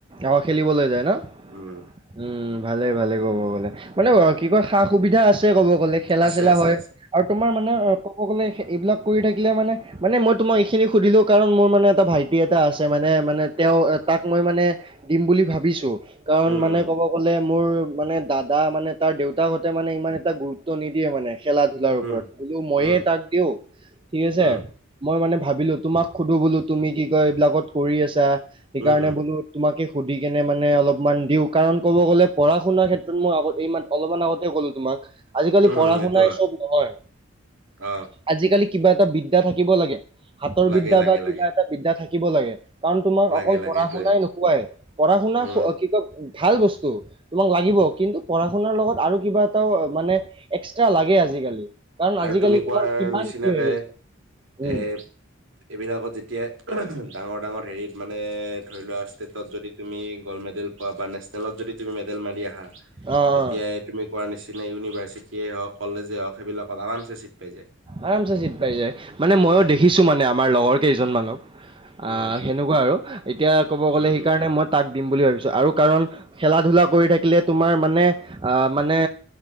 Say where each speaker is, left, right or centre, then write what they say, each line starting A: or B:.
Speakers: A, on the right; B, on the right.
A: অ', খেলিবলৈ যায় ন?
B: উম
A: উম ভালে ভালে ক'ব গ'লে মানে কি কয় সা সুবিধা আছে ক'ব গ'লে খেলা
B: আছে
A: চেলা
B: আছে
A: হয়
B: আছে
A: আৰু তোমাৰ মানে অ তো কব গ'লে এইবিলাক কৰি থাকিলে মানে মানে তোমাক এইখিনি সুধিলোঁ কাৰণ মোৰ মানে টা ভাইটি এটা আছে মানে মানে তেওঁ তাক মই মানে দিম বুলি ভাবিছোঁ কাৰণ
B: উম
A: মানে ক'ব গ'লে মোৰ মানে দাদা মানে তাৰ দেউতাক সঁতে মানে ইমান এটা গুৰুত্ব নিদিয়ে মানে খেলা ধূলাৰ
B: উম
A: ওপৰত বোলো মইয়ে
B: উম
A: তাক দিওঁ ঠিক আছে
B: উম
A: মই মানে ভাবিলো তোমাক সোধো বোলো তুমি কি কয় এইবিলাকত কৰি আছা সেইকাৰণে
B: উম উম উম
A: বুলো তোমাকে সুধি কেনে মানে অলপমান দিওঁ কাৰণ ক'ব গ'লে পঢ়া শুনাৰ ক্ষেত্ৰত মই আগত ইমান অলপ মান আগতে কলো তোমাক আজিকালি
B: উম
A: পঢ়া
B: উম সেইটো
A: শুনাই
B: হয়
A: চব নহয়
B: অ
A: আজিকালি কিবা এটা বিদ্যা থাকিব লাগে হাতৰ
B: লাগে
A: বিদ্যা
B: লাগে
A: বা
B: লাগে
A: অ'বিদ্যা থাকিব লাগে কাৰণ তোমাক
B: লাগে
A: অকল
B: লাগে
A: পঢ়া-শুনাই
B: সেইটোয়ে
A: নোখোৱাই পঢ়া-শুনা
B: উম
A: কি কয় ভাল বস্তু তোমাক লাগিব কিন্তু পঢ়া-শুনাৰ লগত আৰু কিবা এটাও মানে এক্সট্ৰা লাগে আজিকালি। কাৰণ
B: আৰু
A: আজিকালি
B: তুমি কোৱা
A: তোমাৰ কিমান
B: নিচিনাকে
A: কি হৈ গৈছে উম
B: এ এইবিলাকত যেতিয়া ডাঙৰ, ডাঙৰ হেৰিত মানে ধৰি লোৱা ষ্টেটত যদি তুমি গ'ল্ড মেডেল বা-বা নেচনেলত যদি তুমি মেডেল মাৰি আহা তেতিয়াই
A: অ অ
B: তুমি কোৱা নিচিনা ইউনিভাৰ্চিটিয়ে হওঁক কলেজে হওঁক সেইবিলাক তাত আৰামচে চিট পাই যায়।
A: আৰামচে চিট পাই যায় মানে মইয়
B: উম
A: দেখিছো মানে আমাৰ লগৰ কেইজন মানক
B: উম
A: আ, সেনো কুৱা আৰু এতিয়া ক'ব গ'লে
B: উম
A: সেইকাৰণে মই তাক দিম বুলি ভাবিছো আৰু কাৰণ খেলা-ধূলা কৰি থাকিলে তোমাৰ মানে অ' মানে,